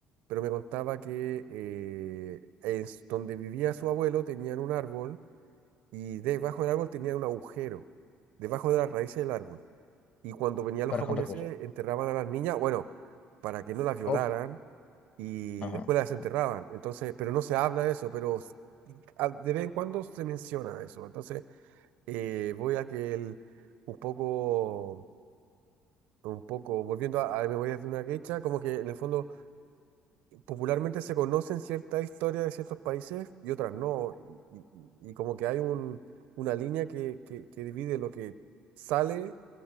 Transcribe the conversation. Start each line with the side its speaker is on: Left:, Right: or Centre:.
Right: pero me contaba que eh, en s- donde vivía su abuelo tenían un árbol y debajo del árbol tenían un agujero, debajo de las raíces del árbol. Y cuando venían los
Left: Para
Right: japoneses
Left: contar cosas.
Right: enterraban a las niñas, bueno, para que no las violaran
Left: Uf,
Right: y
Left: ajá,
Right: después las enterraban.
Left: ajá.
Right: Entonces, pero no se habla de eso, pero s- a- de vez en cuando se menciona eso. Entonces, eh, voy a que el, un poco, un poco, volviendo a, a Memorias de una Geisha, como que en el fondo popularmente se conocen ciertas historias de ciertos países y otras no. Y, y- y como que hay un, una línea que, que, que divide lo que sale,